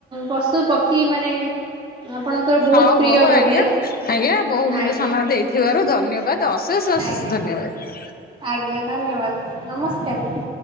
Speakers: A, on the right; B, on the left.
A: ପଶୁ ପକ୍ଷୀ ମାନେ। ଆପଣଙ୍କର ବହୁତ
B: ହଉ
A: ପ୍ରିୟ
B: ହଉ
A: ବୋଧେ
B: ଆଜ୍ଞା ଆଜ୍ଞା ବହୁମୂଲ୍ୟ
A: ଆଜ୍ଞା
B: ସମୟ ଦେଇଥିବାରୁ ଧନ୍ୟବାଦ। ତ ଅଶେଷ ଅଶେଷ
A: ଆଜ୍ଞା
B: ଧନ୍ୟବାଦ।
A: ଆଜ୍ଞା ଧନ୍ୟବାଦ ନମସ୍କାର ଦୀ